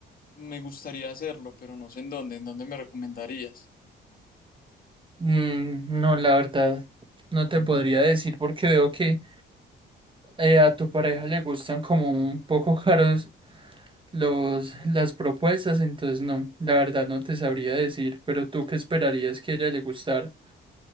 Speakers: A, on the left (about 45°); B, on the right (about 25°).
A: me gustaría hacerlo, pero no sé en dónde, ¿en dónde me recomendarías?
B: Mm, no, la verdad, no te podría decir porque veo que eh, a tu pareja le gustan como un poco caros los, las propuestas, entonces no, la verdad no te sabría decir, pero tú qué esperarías que a ella le gustara.